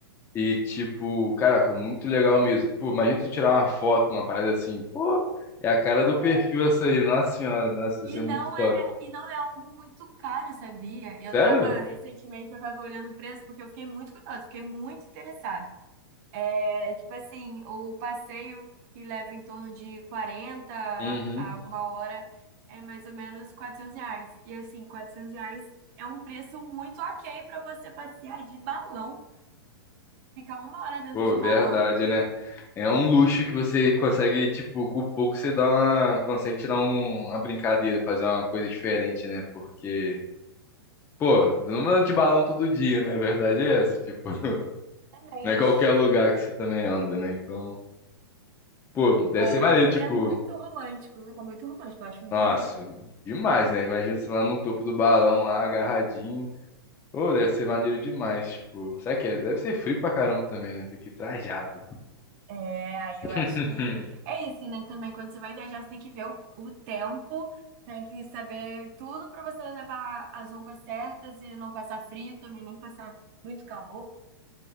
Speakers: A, on the left; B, on the right.
A: E, tipo, caraca, muito legal mesmo. Pô, imagina tu tirar uma foto, uma parada assim. Pô, é a cara do perfil
B: é,
A: essa aí, nossa senhora, nossa,
B: E
A: isso é
B: não
A: muito top.
B: é, e não é algo muito caro, sabia? Eu
A: Sério?
B: tava, recentemente, eu tava olhando o preço porque eu fiquei muito curiosa, fiquei muito interessada. É, tipo assim, o passeio que leva em torno de 40
A: Uhum.
B: a uma hora é mais ou menos 400 reais. E assim, 400 reais é um preço muito ok para você passear de balão, ficar uma hora dentro
A: Pô,
B: de um
A: verdade,
B: balão,
A: né? É um luxo que você consegue, tipo, com pouco você dá uma, consegue tirar um- uma brincadeira, fazer uma coisa diferente, né? Porque, pô, você não anda de balão todo dia, né? A verdade é essa, tipo, <laughs>
B: realmente.
A: não é qualquer lugar que você também anda, né? Então, pô, deve
B: Fora
A: ser maneiro,
B: que
A: tipo,
B: é muito romântico, é muito romântico, eu acho muito
A: nossa,
B: romântico.
A: demais, né? Imagina você lá no topo do balão, lá agarradinho. Pô, deve ser maneiro demais, tipo, sabe que é? Deve ser frio pra caramba também, né? Tem que ir trajado.
B: É, aí eu
A: <laughs>
B: acho que é isso, né? Também quando você vai viajar, você tem que ver o, o tempo, tem que saber tudo para você levar as roupas certas e não passar frio também, nem passar muito calor.